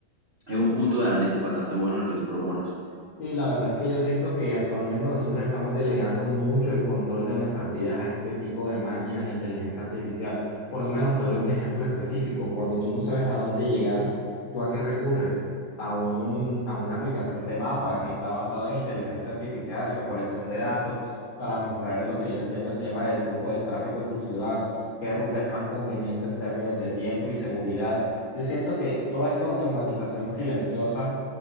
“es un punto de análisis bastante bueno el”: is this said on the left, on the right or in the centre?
Right